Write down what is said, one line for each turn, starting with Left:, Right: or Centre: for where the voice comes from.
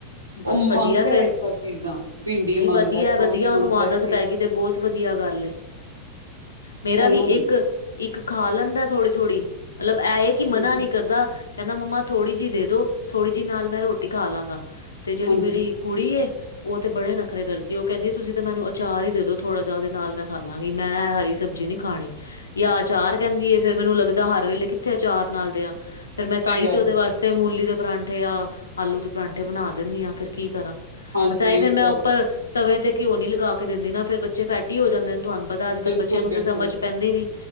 Right: ਉਹ
Left: ਬਸ ਵਦੀਆ
Right: ਮੰਗਦਾ
Left: ਫੇਰ,
Right: ਹੈ ਸਭ ਚੀਜ਼ਾਂ, ਭਿੰਡੀ
Left: ਨਈ
Right: ਮੰਗਦਾ,
Left: ਵਦੀਆ-ਵਦੀਆ
Right: ਹੈ, ਤੋਰੀ ਮੰਗਦਾ,
Left: ਉਹਨੂੰ ਆਦਤ
Right: ਹੈ, ਟਿੰ
Left: ਪੈ ਗਈ ਤੇ ਬੌ ਤ ਵਦੀਆ ਗਲ ਏ, ਮੇਰਾ
Right: ਉਹਨੂੰ
Left: ਵੀ ਇਕ ਇਕ ਖਾ ਲੈਂਦਾ ਥੋੜੀ-ਥੋੜੀ ਮਤਲਬ ਇਹ ਐ ਕਿ ਮਨਾ
Right: ਹਾਂਜੀ,
Left: ਨਈ ਕਰਦਾ ਕਹਿਂਦਾ ਮੰਮਾ ਥੋੜੀ ਜੀ ਦੇ ਦੋ ਥੋੜੀ ਜੀ ਨਾਲ ਮੈ ਰੋਟੀ ਖਾ ਲਾਂਗਾ ਤੇ ਜੇੜੀ
Right: ਹਾਂਜੀ,
Left: ਮੇਰੀ ਕੁੜੀ ਏ ਉਹ ਤੇ ਬੜੇ ਨਖਰੇ ਕਰਦੀ ਉਹ ਕਹਿਂਦੀ ਏ ਤੁਸੀ ਤੇ ਮੈਨੂੰ ਅਚਾਰ ਈ ਦੇ ਦੋ ਥੋੜਾ ਜਾ ਉਹਦੇ ਨਾਲ ਮੈ ਖਾ ਲਾ ਗੀ। ਮੈ ਇਹ ਹਰੀ ਸਬਜ਼ੀ ਨੀ ਖਾਣੀ ਯਾ ਆਚਾਰ ਕਹਿਂਦੀ ਏ ਫੇਰ ਮੈਨੂੰ ਲੱਗਦਾ ਹਰ ਵੇਲੇ ਕਿੱਥੇ ਆਚਾਰ ਨਾਲ ਦੇਆ ਫਿਰ ਮੈਂ ਤਾਂਹੀ
Right: ਸਹੀ ਗੱਲ
Left: ਤੇ ਉਹਦੇ ਵਾਸਤੇ ਮੂਲੀ ਦੇ ਪਰਾਂਠੇ ਯਾ ਆਲੂ ਦੇ ਪਰਾਂਠੇ ਬਣਾ ਦੇਨੀ ਆ ਫੇਰ ਕੀ ਕਰਾ
Right: ਹਾਂਜੀ
Left: ਬਸ ਏਈ
Right: ਇਹ
Left: ਫੇਰ
Right: ਵੀ
Left: ਮੈਂ
Right: ਗੱਲ
Left: ਉਪਰ
Right: ਹੈ।
Left: ਤਵੇ ਤੇ ਘਿਓ ਨੀ ਲਗਾ ਕੇ ਦੇਂਦੀ ਨਾ ਫੇਰ ਬੱਚੇ ਫੈਟੀ ਹੋ ਜਾਂਦੇਨ ਤੁਆਨੂੰ ਪਤਾ ਅਜ ਕੱਲ
Right: ਬਿਲਕੁਲ,
Left: ਬੱਚਿਆਂ ਨੂੰ
Right: ਬਿਲਕੁਲ
Left: ਤਾਂ ਸਮਝ ਪੈਂਦੀ ਨੀ